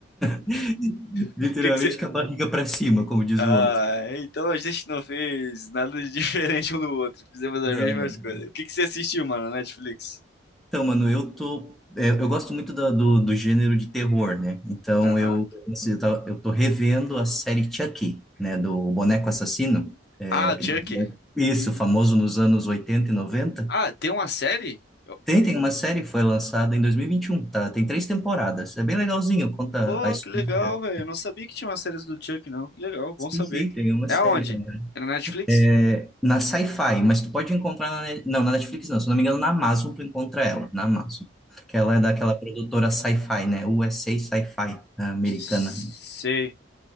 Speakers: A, in the centre; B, on the left.
A: <laughs>
B: O
A: literalmente
B: que que você.
A: com a barriga para cima, como diz
B: Ah,
A: o outro.
B: então a gente não fez nada de <laughs> diferente um do outro. Fizemos as
A: Não,
B: mesmas
A: não.
B: coisas. O que que você assistiu, mano, na Netflix?
A: Então, mano, eu tô. é, eu gosto muito da- do, do gênero de terror, né? Então,
B: Aham.
A: eu, assim, eu, tava- eu tô revendo a série Chucky, né? Do boneco assassino. É,
B: Ah,
A: que-
B: Chuck.
A: é isso, famoso nos anos 80 e 90.
B: Ah, tem uma série? Eu-
A: Tem, tem uma série que foi lançada em dois mil e e vinte e um, tá? Tem três temporadas. É bem legalzinho, conta
B: Pô,
A: a história.
B: que legal, velho. Eu não sabia que tinha uma série do Chuck, não. Que legal, bom
A: Sim,
B: saber.
A: sim, tem uma
B: É
A: série.
B: aonde?
A: né?
B: É na Netflix?
A: É, Na Sci-Fi, mas tu pode encontrar na, Net- não, na Netflix não, se eu não me engano, na Amazon tu encontra ela, na Amazon. Que ela é daquela produtora Sci-Fi, né? USA Sci-Fi, a Sci-Fi, né, americana.
B: Sei,